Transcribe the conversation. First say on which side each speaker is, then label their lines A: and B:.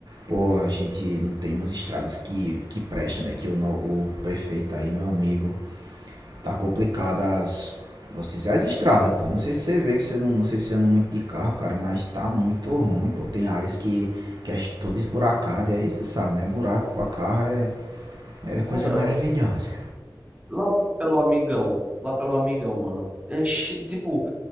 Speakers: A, on the right (about 65°); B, on the right (about 20°).
A: pô, a gente não tem umas estradas que, que prestam, né? Que o, no- o prefeito aí, meu amigo, tá complicado as... Posso dizer, as estradas, pô. Não sei se você vê, que você não, não sei se você anda muito de carro, cara, mas tá muito ruim, pô. Tem áreas que, que é toda esburacada, e aí você sabe, né? Buraco pra carro é, é coisa
B: Cara,
A: maravilhosa.
B: Lá pelo Amigão, lá pelo Amigão, mano. É che- tipo,